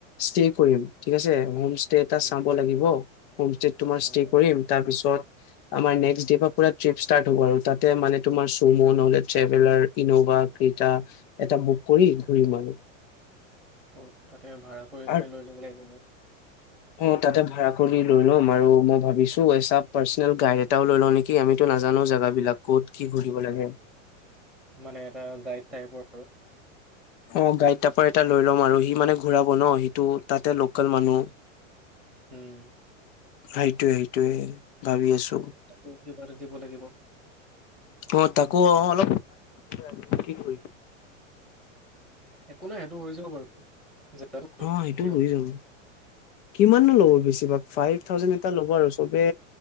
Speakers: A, on the left; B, in the centre.
A: ষ্টে কৰিম। ঠিক আছে? হোম ষ্টে এটা
B: উম,
A: চাব লাগিব। হোম ষ্টেট তুমাৰ
B: চাব
A: ষ্টে
B: লাগিব।
A: কৰিম তাৰপিছত আমাৰ নেক্স ডে পৰা ট্ৰিপ ষ্টাৰ্ট হব আৰু তাতে মানে তোমাৰ চম' নহলে ট্ৰেভেলাৰ ইন' এটা
B: উম,
A: এটা বু কৰি ঘূৰিম আৰু।
B: তোৰ তাতে ভাড়া কৰি
A: আৰু
B: কিনে লৈ ল'ব লাগিব মোৰ।
A: অ তাতে ভাড়া কৰি লৈ ল'ম আৰু মই ভাবিছোঁ এ চ পাৰ্চনেল গাইড এটাও লৈ লওঁ নেকি আমিতো নাজানো জেগাবিলাক ক'ত কি ঘূৰিব লাগে।
B: মানে এটা গাইড <unintelligible>
A: অ গাইড টাইপৰ এটা লৈ ল'ম আৰু সি মানে ঘূৰাব ন সিটো তাতে লোকেল
B: উম,
A: মানুহ
B: উম, উম,
A: সেইটোয়ে, সেইটোয়ে ভাবি আছো।
B: তাকো এইবাৰে দিব লাগিব।
A: অ তাকো অ অলপ কৰি
B: একো নাই সেইটো হৈ যাব বাৰু। জেগাটো
A: অ সেইটোও
B: হ'ল
A: হৈ যাব। কিমান মা ল'ব বেছিভাগ ফাইভ থাউজেণ্ড এটা ল'ব আৰু চবে